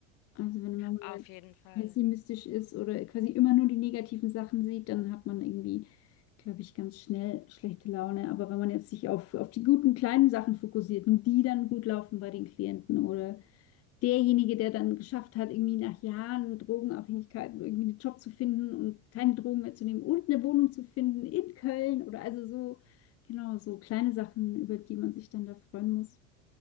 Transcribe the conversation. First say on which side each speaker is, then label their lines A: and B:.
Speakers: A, on the left; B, on the left.
A: Also wenn man
B: Auf
A: mal
B: jeden Fall.
A: pessimistisch ist oder quasi immer nur die negativen Sachen sieht, dann hat man irgendwie, glaube ich, ganz schnell schlechte Laune. Aber wenn man jetzt sich auf, auf die guten kleinen Sachen fokussiert und die dann gut laufen bei den Klienten oder derjenige, der dann geschafft hat, irgendwie nach Jahren Drogenabhängigkeit irgendwie einen Job zu finden und keine Drogen mehr zu nehmen und eine Wohnung zu finden in Köln oder also so, genau, so kleine Sachen, über die man sich dann da freuen muss.